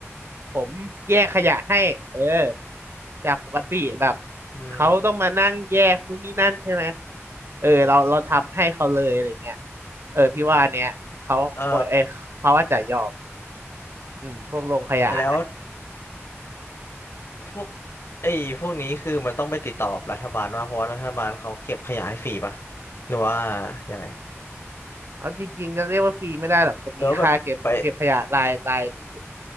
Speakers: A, on the right (about 60°); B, on the left (about 60°).
A: ผมแยกขยะให้เออจากปกติแบบ
B: อืม
A: เขาต้องมานั่งแยกนู่นนี่นั่นใช่ไหม เออเราเราทำให้เขาเลยอะไรเงี้ยเออพี่ว่าเนี่ยเขา
B: เอ่อ
A: เออเขาอาจจะยอมอืมพวกโรงขยะนะ
B: แล้วพวก ไอ้พวกนี้คือมันต้องไปติดต่อกับรัฐบาลว่าเพราะว่ารัฐบาลเขาเก็บขยะให้ฟรีป่ะหรือว่ายังไง
A: เอาจริงๆก็เรียกว่าฟรีไม่ได้หรอกก็มีค่าเก็บเก็บขยะรายรายนี่อยู่
B: หรือว่าแบบไป